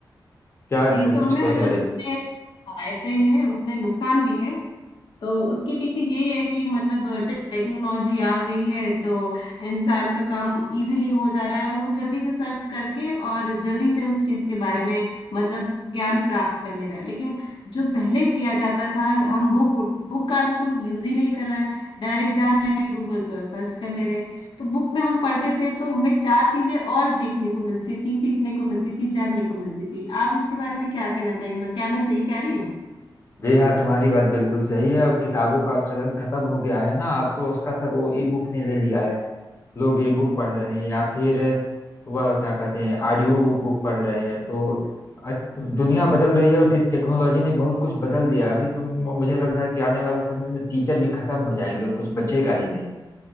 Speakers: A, on the left; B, on the left.
A: क्या
B: जी तो
A: कुछ
B: हमें
A: कहने
B: मतलब
A: वाली
B: जितने
A: हो
B: फायदे हैं उतने नुकसान भी है तो उसके पीछे यही है कि मतलब टेक्नोलॉजी आ गई है तो इंसान का काम इजीली हो जा रहा है और वो जल्दी से सर्च करके और जल्दी से उस चीज के बारे में मतलब ज्ञान प्राप्त कर ले रहा है लेकिन जो पहले किया जाता था हम बुक बुक का आजकल यूज ही नहीं कर रहा है डायरेक्ट जा रहे हैं गूगल पे और सर्च कर ले रहे हैं तो बुक में हम पढ़ते थे तो हमें चार चीजें और देखने को मिलती थी सीखने को मिलती थी जानने को मिलती थी आप इसके बारे में क्या कहना चाहेंगे क्या मैं सही कह रही हूँ
A: जी हाँ तुम्हारी बात बिल्कुल सही है अब किताबों का चलन खत्म हो गया है ना अब तो उसका सब वो ई बुक ने ले लिया है लोग ई बुक पढ़ रहे हैं या फिर वह क्या कहते हैं ऑडियो बुक पढ़ रहे हैं तो अ- दुनिया बदल रही है और इस टेक्नोलॉजी ने बहुत कुछ बदल दिया अभी तो म- मुझे लग रहा है कि आने वाले समय में टीचर भी खत्म हो जाएंगे और कुछ बचेगा ही नहीं